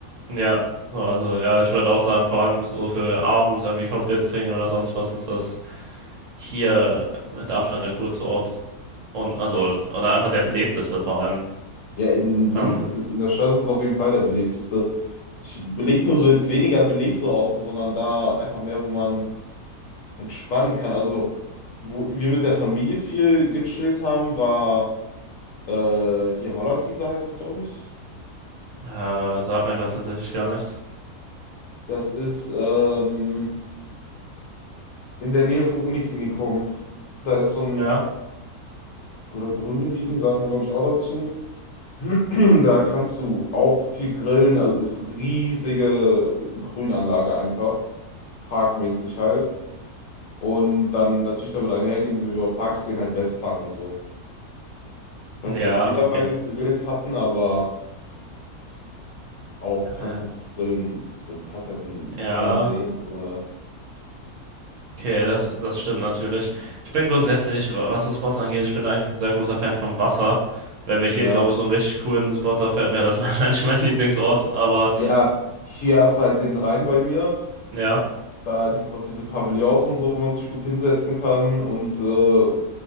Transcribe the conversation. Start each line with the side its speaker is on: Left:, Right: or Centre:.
Right: Ja, so, also ja, ich würde auch sagen, vor allem so für abends irgendwie Cocktails trinken oder sonst was ist das hier mit Abstand der coolste Ort und also oder einfach der belebteste vor allem.
Left: Ja, in, in Dings
Right: Ähm,
Left: ist in der Stadt ist es auf jeden Fall der belebteste. Ich beleg nur so jetzt weniger belebte Orte, sondern da einfach mehr, wo man entspannen kann. Also, wo wir mit der Familie viel gechillt haben, war äh, hier Hollandwiese heißt das, glaube ich.
Right: äh, sagt mir gerade tatsächlich gar nichts.
Left: Das ist ähm, in der Nähe vom Uniklinikum. Da ist so
Right: Ja,
Left: ein, oder grüne Wiesen, sagt man, glaube ich, auch dazu. <clears throat> Da kannst du auch viel grillen. Also ist riesige Grünanlage einfach. Parkmäßig halt. Und dann natürlich damit einhergehen, wie wir über Parks reden, halt Westpark und so. Ich
Right: ja,
Left: weiß nicht, ob wir da
Right: okay.
Left: mal gegrillt hatten, aber. auch kannst
Right: Äh,
Left: du gut grillen und hast halt einen
Right: ja,
Left: kleinen See und so, ne?
Right: okay, das, das stimmt natürlich. Ich bin grundsätzlich, wa- was das Spots angeht, ich bin eigentlich ein sehr großer Fan vom Wasser. Wenn wir hier,
Left: Ja.
Right: glaube ich, so einen richtig coolen Spot da finden, wäre das <laughs> wahrscheinlich mein Lieblingsort, aber
Left: Ja, hier hast du halt den Rhein bei mir.
Right: ja.
Left: Da gibt es auch diese Pavillons und so, wo man sich gut hinsetzen kann. Und äh,